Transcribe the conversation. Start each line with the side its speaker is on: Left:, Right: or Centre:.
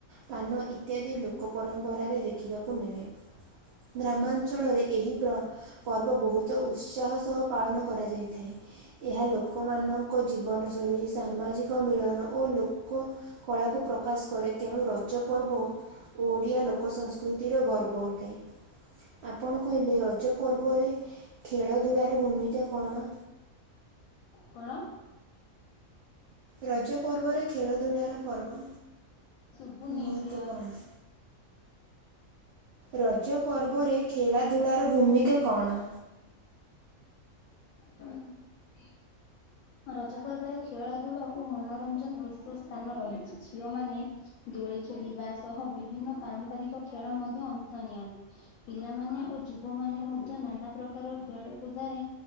Right: ପାନ ଇତ୍ୟାଦି ଲୋକ ପରମ୍ପରା ରେ ଦେଖିବାକୁ ମିଳେ। ଗ୍ରାମାଞ୍ଚଳରେ ଏହି ପ୍ର-ପର୍ବ ବହୁତ ଉତ୍ସାହ ସହ ପାଳନ କରାଯାଇଥାଏ। ଏହା ଲୋକମାନଙ୍କ ଜୀବନଶୈଳୀ ସାମାଜିକ ମିଳନ ଓ ଲୋକ କଳାକୁ ପ୍ରକାଶ କରେ, ତେଣୁ ରଜ ପର୍ବ ଓ ଓଡିଆ ଲୋକ ସଂସ୍କୃତିର ଗର୍ବ ଅଟେ ଆପଣ କହିଲେ ରଜ ପର୍ବରେ ଖେଳଧୂଳାର ଭୂମିକା କଣ?
Left: କଣ ଅ?
Right: ରଜ ପର୍ବରେ ଖେଳ ଧୂଳାର ପର୍ବ
Left: ସୁୁଭୁନି
Right: ମହତ୍ତ୍ୱ
Left: କ୍ଲିୟର
Right: କଣ? ରଜ ପର୍ବରେ ଖେଳା ଧୂଳାର ଭୂମିକା କଣ?
Left: ହୁଁ। ରଜ ପର୍ବରେ ଖେଳାଧୂଳ ଓ ମନୋରଞ୍ଜନ ବିଶେଷ ସ୍ଥାନ ରହିଛି ଝିଅମାନେ ଦୋଳି ଖେଳିବା ସହ ବିଭିନ୍ନ ପାରମ୍ପାରିକ ଖେଳ ମଧ୍ୟ ଅଂଶ ନିଅନ୍ତି। ପିଲାମାନେ ଓ ଯୁବ ମାନେ ମଧ୍ୟ ନାନା ପ୍ରକାର ଖେଳ କୁଦରେ